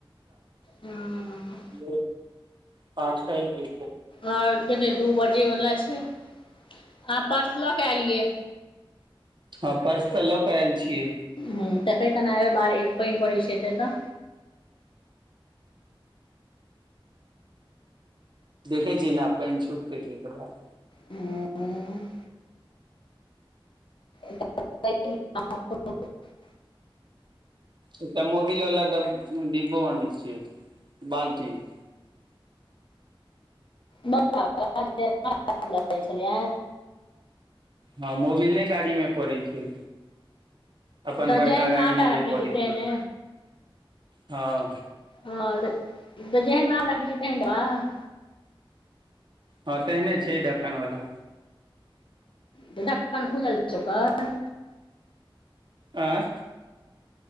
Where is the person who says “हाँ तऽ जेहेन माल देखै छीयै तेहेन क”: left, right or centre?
Left